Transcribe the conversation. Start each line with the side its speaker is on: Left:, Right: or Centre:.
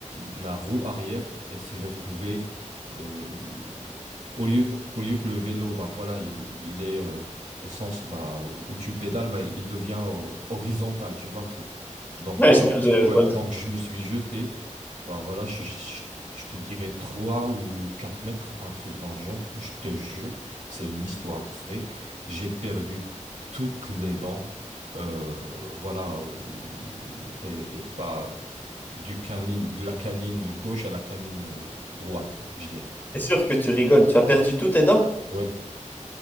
Right: la roue arrière, elle s'est retrouvée. euh, Au lieu que, au lieu que le vélo, bah voilà, il, il est euh, au sens bah, où tu pédales, bah, il devient euh, horizontal, tu vois le truc. Donc,
Left: Ouais,
Right: euh,
Left: je vois, le-
Right: ouais,
Left: je vois le
Right: donc
Left: truc.
Right: je me suis jeté, bah voilà, je, je- je te dirais 3 ou 4 mètres, un truc dans le genre, je te jure, c'est une histoire vraie. J'ai perdu toutes les dents, euh, voilà, euh, du, les, les- bah, du canine, de la canine gauche à la canine euh, droite, je dirais.
Left: C'est sûr que tu rigoles, tu as perdu tous tes dents.
Right: ouais